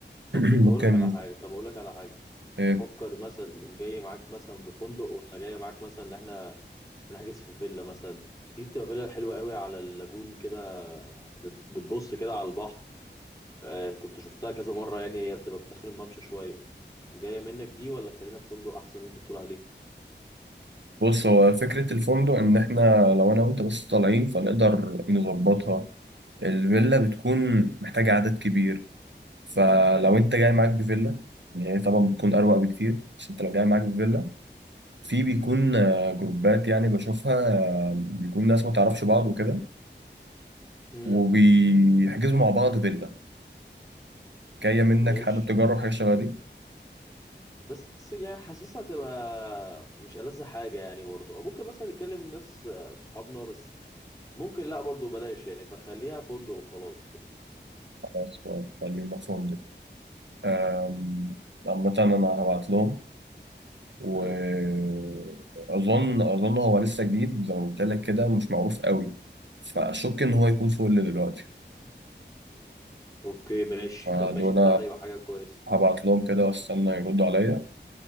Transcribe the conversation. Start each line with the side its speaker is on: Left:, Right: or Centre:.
Right: <clears throat>
Left: طب
Right: ممكن
Left: بتقول لك على حاجه طب اقول لك على حاجه
Right: آه،
Left: تفكر مثلا جاي معاك مثلا بفندق ولا جاي معاك مثلا اللي احنا نحجز في فيلا مثلا في بتبقى فيلا حلوه قوي على اللاجون كده بت- بتبص كده على البحر آه كنت شفتها كذا مره يعني هي بتبقى في اخر الممشى شويه جايه منك دي ولا خلينا في فندق احسن اللي انت بتقول عليه
Right: بص هو فكره الفندق ان احنا لو انا وانت بس طالعين فنقدر نظبطها الفيلا بتكون محتاجه عدد كبير فلو انت جاي معاك بفيلا يعني هي طبعا بتكون اروق بكتير بس انت لو جاي معاك بفيلا في بيكون آه، جروبات يعني بشوفها آه، بيكون ناس ما تعرفش بعض وكده
Left: امم
Right: وبيحجزوا مع بعض فيلا جاية منك
Left: ماشي
Right: حابب تجرب حاجة شبه دي
Left: بس يعني حاسسها تبقى مش ألذ حاجه يعني برضه أو ممكن مثلا نتكلم ناس آه، صحابنا بس ممكن لا برضه بلاش يعني فخليها فندق وخلاص يعني
Right: خلاص خليهم نفسهم دي أم، عامة أنا هبعت لهم وأظن
Left: مم.
Right: أظن هو لسه جديد زي ما قلت لك كده مش معروف قوي فأشك إن هو يكون فوق اللي دلوقتي
Left: اوكي ماشي
Right: فدول
Left: طب ماشي ده هيبقى حاجه كويسه
Right: هبعت لهم كده واستنى يردوا عليا